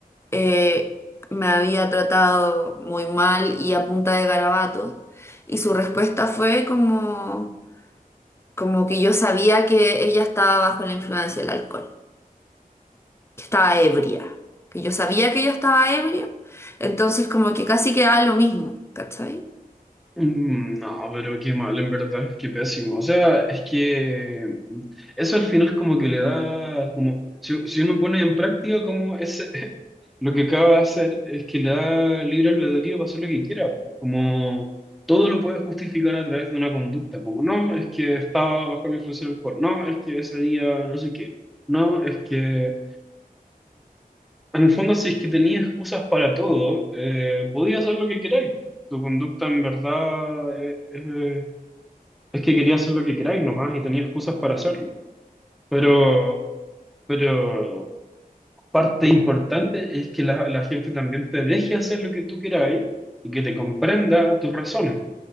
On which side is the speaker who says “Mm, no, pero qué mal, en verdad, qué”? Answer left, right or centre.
Centre